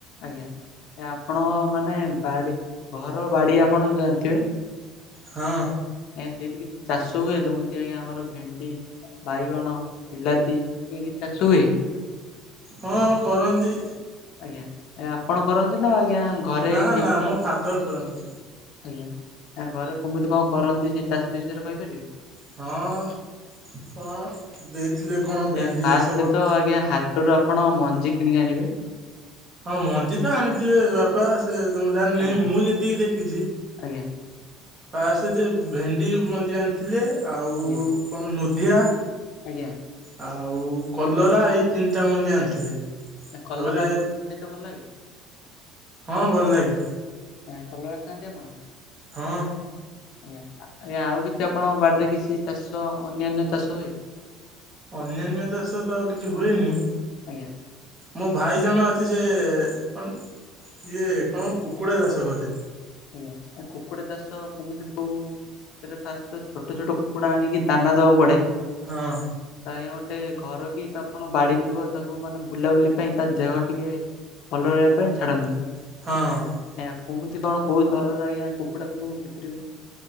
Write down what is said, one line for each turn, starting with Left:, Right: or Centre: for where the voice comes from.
Left: ଆଜ୍ଞା ସେ ଆପଣଙ୍କ ମାନେ ବାଡ଼ି। ଘର ବାଡି ଆପଣ ଜାଣିଥିବେ।
Right: ହଁ।
Left: ଏନ୍ତି ସେଇଠି କିଛି ଚାଷ ହୁଏ ଯେମିତି ଆଜ୍ଞା ଆମର ଭେଣ୍ଡି। ବାଇଗଣ ବିଲାତି ଏ କିଛି ଚାଷ ହୁଏ।
Right: ହଁ କରନ୍ତି।
Left: ଆଜ୍ଞା ଏ ଆପଣ କରନ୍ତି ନା ଆଜ୍ଞା। ଘରେ
Right: ନା
Left: କିଏ
Right: ନା
Left: କରେ
Right: ମୋ ଫାଦର କରନ୍ତି।
Left: ଆଜ୍ଞା ଆ ଘରେ କେମିତି କଣ କରନ୍ତି ସେ ଚାଷ ବିଷୟରେ କହିପାରିବେ?
Right: ହଁ କଣ ଦେଇଥିଲେ କଣ ଭେଣ୍ଡି
Left: ଏ ଫାଷ୍ଟ
Right: ଚାଷ କରି
Left: ତ ଆଜ୍ଞା ହା ସେଇଠୁ ଆପଣ ମଞ୍ଜି କିଣିକି ଆଣିବେ।
Right: ହଁ ମଞ୍ଜି ତ ଆଣିଥିବେ ବାପା ସେ ତ ମୁଁ ଜାଣିନହିଁ
Left: ଆଜ୍ଞା
Right: ମୁଁ ଯେତିକି ଦେଖିଛି।
Left: ଆଜ୍ଞା।
Right: ଫାଷ୍ଟ ଯେ ଭେଣ୍ଡି ମଞ୍ଜି ଆଣିଥିଲେ ଆଉ
Left: ଆଜ୍ଞା
Right: କଣ ନୁଧିଆ।
Left: ଆଜ୍ଞା।
Right: ଆଉ କଲରା ଏଇ ତିନଟା ମଞ୍ଜି ଆଣିଥିଲେ।
Left: ଏ କଲରା
Right: ତାପରେ
Left: ଆପଣଙ୍କୁ ଖାଇତେ ଭଲ ଲାଗେ?
Right: ହଁ ଭଲ ଲାଗେ।
Left: ଏଁ କଲରା ଖାଆନ୍ତି ଆପଣ?
Right: ହଁ।
Left: ଆଜ୍ଞା ଆ ଆଜ୍ଞା ଆଉ କିଛି ଆପଣଙ୍କ ବାଡିରେ କିଛି ଚାଷ ଅନ୍ୟାନ୍ୟ ଚାଷ ହୁଏ।
Right: ଅନ୍ୟାନ୍ୟ ଚାଷ ତ ଆଉ କିଛି ହୁଏନି।
Left: ଆଜ୍ଞା
Right: ମୋ ଭାଇ ଜଣେ ଅଛି ସେ କନ୍ ସିଏ କଁ
Left: ଆଜ୍ଞା
Right: କୁକୁଡା ଚାଷ ଗଧେ।
Left: ଆଜ୍ଞା ଏଁ କୁକୁଡା ଚାଷ କୋମିତି କୋଉ ଥେରେ ଫାଷ୍ଟେ ଛୋଟ ଛୋଟ କୁକୁଡା ଆଣିକି ଦାନା ଦବାକୁ ପଡେ।
Right: ହଁ।
Left: ଆଜ୍ଞା ଗୋଟେ ଘର କି ତ ଆପଣ ବାଡିଥିବ ତାକୁ ମାନେ ବୁଲାବୁଲି ପାଇଁ ତା ଦେହ ଟିକେ ଭଲ ରହିବା ପାଇଁ ଛାଡନ୍ତି।
Right: ହଁ।
Left: ୟାଁ କୁମିତି କଣ କୋଉ ଦରରେ ଆଜ୍ଞା କୁକୁଡାକୁ ବିକ୍ରିବେ।